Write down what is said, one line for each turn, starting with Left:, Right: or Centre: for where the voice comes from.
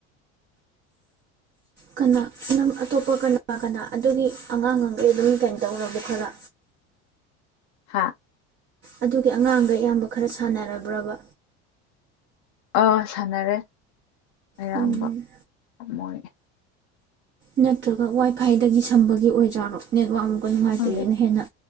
Right: ꯀꯅꯥ ꯅꯪ ꯑꯇꯣꯞꯄ ꯀꯅꯥ ꯀꯅꯥ ꯑꯗꯨꯒꯤ ꯑꯉꯥꯡꯈꯩ ꯑꯗꯨꯝ ꯀꯩꯅꯣ ꯇꯧꯔꯕ ꯈꯔ
Left: ꯍꯥꯥ
Right: ꯑꯗꯨꯒꯤ ꯑꯉꯥꯡꯗ ꯑꯌꯥꯝꯕ ꯈꯔ ꯁꯥꯟꯅꯔꯕ꯭ꯔꯕ
Left: ꯑꯥ ꯁꯥꯟꯅꯔꯦ ꯑꯌꯥꯝꯕ
Right: ꯎꯝ
Left: ꯌꯥꯝꯃꯣꯏꯑꯦ
Right: ꯅꯠꯇ꯭ꯔꯒ ꯋꯥꯏ ꯐꯥꯏꯗꯒꯤ ꯁꯝꯕꯒꯤ ꯑꯣꯏꯖꯥꯔꯣ ꯅꯦꯠꯋꯥꯛ ꯑꯃꯨꯛꯀ ꯅꯨꯡꯉꯥꯏꯇ꯭ꯔꯤꯁꯤꯅ
Left: ꯈꯪꯗꯦ
Right: ꯍꯦꯟꯅ